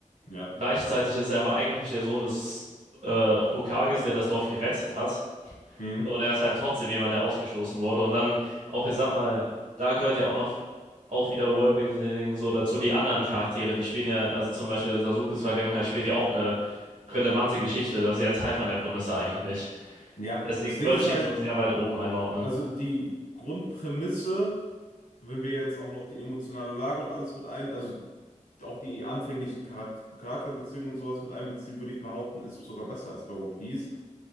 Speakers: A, on the left (about 85°); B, on the right (about 75°).
A: ja.
B: Gleichzeitig ist er aber eigentlich der Sohn des äh, Hokages, der das Dorf gerettet hat.
A: Mhm.
B: So, und er ist halt trotzdem jemand, der ausgestoßen wurde. Und dann auch, ich sag mal, da gehört ja auch noch auch wieder Worldbuilding so dazu. Die anderen Charaktere, die spielen ja, also zum Beispiel Sasukes Vergangenheit spielt ja auch eine relevante Geschichte. Das ist ja ein Teil von der Prämisse eigentlich.
A: Ja,
B: Deswegen
A: das Ding
B: würde
A: ist
B: ich
A: halt,
B: ihn schon sehr weit oben einordnen.
A: also die Grundprämisse, wenn wir jetzt auch noch die emotionale Lage und alles mit ein, also auch die anfänglichen Charakter Charakterbeziehungen und sowas mit einbeziehen, würde ich behaupten, ist sogar besser als bei One Piece.